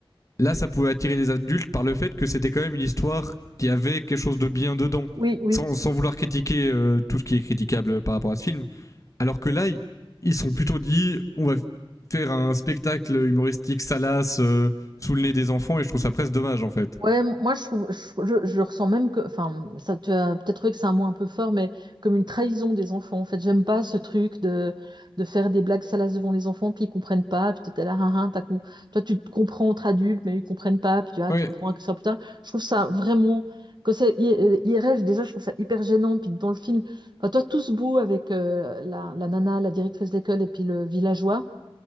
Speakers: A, on the left (about 35°); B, on the right (about 50°).
A: là ça pouvait attirer les adultes par le fait que c'était quand même une histoire qui avait quelque chose de bien dedans.
B: Oui, oui.
A: Sans, sans vouloir critiquer euh, tout ce qui est critiquable par rapport à ce film, alors que là, ils sont plutôt dit, on va faire un spectacle humoristique salace euh, sous le nez des enfants et je trouve ça presque dommage en fait.
B: Ouais, m- moi je trouve, je, je- je ressens même que, enfin, ça tu as peut-être trouvé que c'est un mot un peu fort, mais comme une trahison des enfants. En fait, j'aime pas ce truc de, de faire des blagues salaces devant les enfants, puis ils comprennent pas, puis t'es là, hein, hein, t'as con- toi tu te comprends entre adultes, mais ils comprennent pas, puis tu, ah,
A: Ouais.
B: tu comprends que ça plus tard. Je trouve ça vraiment, quand c'est I- euh, IRL, déjà je trouve ça hyper gênant, puis dans le film, enfin, toi tout ce beau avec euh, la, la nana, la directrice d'école, et puis le villageois,